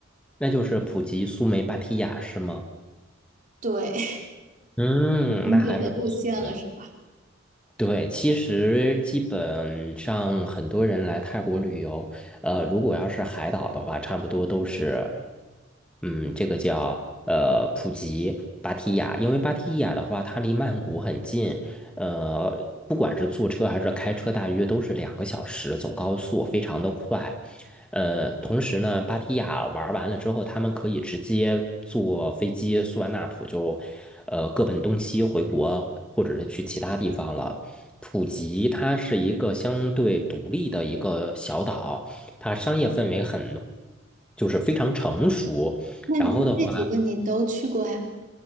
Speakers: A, in the centre; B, on the right (about 40°).
A: 那就是普吉、苏梅、芭提雅是吗？
B: 对，
A: 嗯，
B: 景点的路线了，
A: 那还是不错的。
B: 是吧？
A: 对，其实基本上很多人来泰国旅游，呃，如果要是海岛的话，差不多都是，嗯，这个叫呃普吉、芭提雅，因为芭提雅的话，它离曼谷很近，呃，不管是坐车还是开车，大约都是两个小时，走高速非常的快。呃，同时呢，芭提雅玩完了之后，他们可以直接坐飞机苏万纳普就，呃，各奔东西回国，或者是去其他地方了。普吉它是一个相对独立的一个小岛，它商业氛围很，就是非常成熟。
B: 那你这几个你都去过呀？
A: 然后的话，